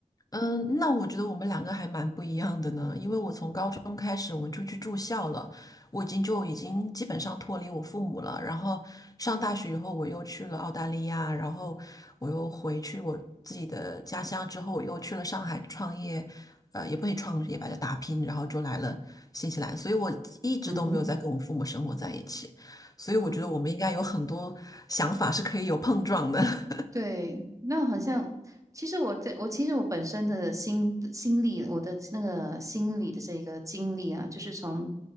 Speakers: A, on the left; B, on the right.
A: 嗯，那我觉得我们两个还蛮不一样的呢，因为我从高中开始我们就去住校了，我已经就已经基本上脱离我父母了。然后上大学以后，我又去了澳大利亚，然后我又回去我自己的家乡，之后我又去了上海创业，呃，也不能创业吧，就打拼，然后就来了新西兰，所以我一直都没有在跟我父母生活在一起，
B: Hı hı.
A: 所以我觉得我们应该有很多想法是可以有碰撞的。
B: Aa.
A: <laughs>
B: 对，那好像，其实我在我其实我本身的心心理，我的那个心理的这个经历啊，就是从